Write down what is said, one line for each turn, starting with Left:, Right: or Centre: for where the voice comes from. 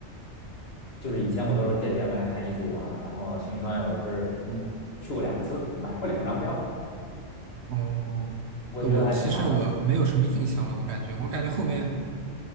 Left: 就是以前我都是在电影院里看一次就完了，
Right: 嗯，
Left: 然后《星际穿越》我是嗯去过两次，买过两张票，
Right: 哦，
Left: 我觉得还挺好的。
Right: 我我其实我没有什么印象了，我感觉，我感觉后面，